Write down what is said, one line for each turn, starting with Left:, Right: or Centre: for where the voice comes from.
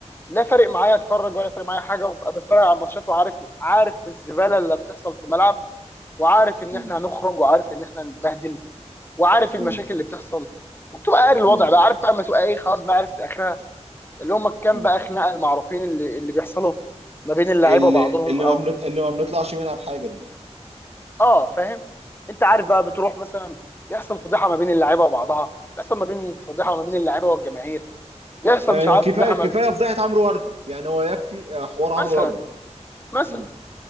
Left: لا فارق معايا اتفرج ولا فارق معايا حاجه وابقى بتفرج على الماتشات وعارف عارف الزباله اللي بتحصل في الملعب وعارف ان
Right: مم.
Left: احنا هنخرج وعارف ان احنا هنتبهدل وعارف المشاكل
Right: مم.
Left: اللي بتحصل وبتبقى قاري الوضع
Right: مم.
Left: بقى عارف بقى اما تبقى ايه خلاص بقى عرفت اخرها اللي هم كام
Right: مم.
Left: بقى خناقه المعروفين اللي اللي بيحصلوا ما بين اللعيبه
Right: اللي
Left: وبعضهم
Right: اللي
Left: او
Right: ما بنط- اللي ما بنطلعش منها بحاجه دي
Left: اه فاهم انت عارف بقى بتروح مثلا بيحصل فضيحه ما بين اللعيبه وبعضها بيحصل ما بين فضيحه
Right: مم.
Left: ما بين اللعيبه والجماهير بيحصل
Right: آه،
Left: مش عارف
Right: كفايه
Left: فضيحه
Right: كفايه
Left: ما...
Right: فضيحه عمرو ورده يعني هو يكفي آه، حوار عمرو
Left: مثلا
Right: ورده
Left: مثلا
Right: مم.